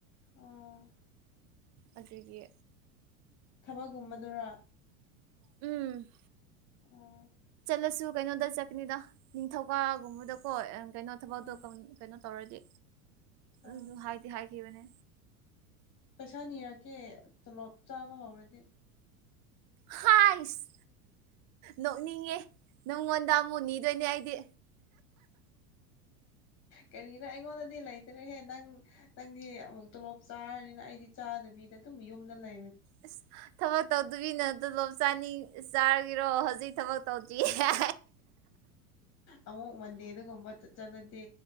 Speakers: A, on the left (about 35°); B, on the right (about 40°).
A: ꯑꯣ
B: ꯑꯗꯨꯗꯒꯤ
A: ꯊꯕꯛꯒꯨꯝꯕꯗꯨꯔ
B: ꯎꯝ
A: ꯑꯣ
B: ꯆꯠꯂꯁꯨ ꯀꯩꯅꯣꯗ ꯆꯠꯀꯅꯤꯗ ꯅꯤꯡꯊꯧꯀꯥꯒꯨꯝꯕꯗꯀꯣ ꯀꯩꯅꯣ ꯊꯕꯛꯇꯣ
A: ꯑꯣ
B: ꯀꯩꯅꯣ ꯇꯧꯔꯗꯤ
A: ꯑꯣ
B: ꯑꯗꯨ ꯍꯥꯏꯗꯤ ꯍꯥꯏꯈꯤꯕꯅꯦ
A: ꯄꯩꯁꯥ ꯅꯤꯔꯛꯀꯦ ꯇꯣꯂꯣꯞ ꯆꯥꯕ ꯍꯧꯔꯗꯤ
B: ꯍꯥꯏꯁ ꯅꯣꯛꯅꯤꯡꯉꯦ ꯅꯪꯉꯣꯟꯗ ꯃꯨꯅꯤꯗꯣꯏꯅꯥꯏꯗꯤ
A: ꯀꯔꯤꯅꯣ ꯑꯩꯉꯣꯟꯗꯗꯤ ꯂꯩꯇ꯭ꯔꯦꯍꯦ ꯅꯪ ꯅꯪꯗꯤ ꯑꯃꯨꯛ ꯇꯣꯂꯣꯞ ꯆꯥꯔꯅꯤꯅ ꯑꯩꯗꯤ ꯆꯥꯗꯕꯤꯗ ꯃꯤꯌꯨꯝꯗ ꯂ
B: ꯑ ꯊꯕꯛ ꯇꯧꯗꯕꯤꯅ ꯑꯗꯨ ꯂꯣꯞ ꯆꯥꯅꯤꯡ ꯆꯥꯔꯒꯤꯔꯣ ꯍꯧꯖꯤꯛ ꯊꯕꯛ ꯇꯧꯖꯤ ꯌꯥ
A: ꯑꯃꯨꯛ ꯃꯟꯗꯦ ꯑꯗꯨꯒꯨꯝꯕ ꯆꯠꯂꯗꯤ